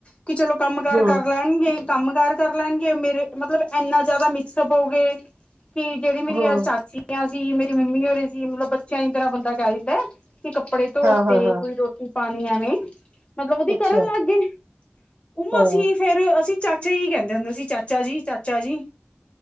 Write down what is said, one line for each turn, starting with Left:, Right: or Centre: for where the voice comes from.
Left: ਕੀ ਚਲੋ ਕੰਮ ਕਾਰ
Right: ਹੂੰ।
Left: ਕਰ ਲੈਣਗੇ ਕੰਮ ਕਾਰ ਕਰ ਲੈਣਗੇ ਮੇਰੇ ਮਤਲਬ ਐਨਾ ਜਾਦਾ ਮਿਕਸਪ ਹੋ ਗੇ ਕੀ ਜਿਹੜੀ ਮੇਰੀ
Right: ਹੂੰ,
Left: ਆ ਚਾਚੀ ਗਿਆ ਸੀ ਮੇਰੀ ਮੰਮੀ ਹੋਰੇ ਸੀ ਮਤਲਬ ਬੱਚਿਆਂ ਦੀ ਤਰ੍ਹਾਂ ਬੰਦਾ ਕਹਿ ਦਿੰਦਾ ਕਿ ਕੱਪੜੇ ਧੋਤੇ
Right: ਹਾਂ-ਹਾਂ-ਹਾਂ,
Left: ਕੋਈ ਰੋਟੀ ਪਾਣੀ ਐਵੇਂ ਮਤਲਬ ਉਹਦੀ
Right: ਅੱਛਾ,
Left: ਕਰਨ ਲੱਗ ਗਏ ਉਹਨੂੰ
Right: ਹਾਂ,
Left: ਅਸੀਂ ਫੇਰ ਅਸੀਂ ਚਾਚਾ ਜੀ ਕਹਿੰਦੇ ਹੁੰਦੇ ਸੀ ਚਾਚਾ ਜੀ ਚਾਚਾ ਜੀ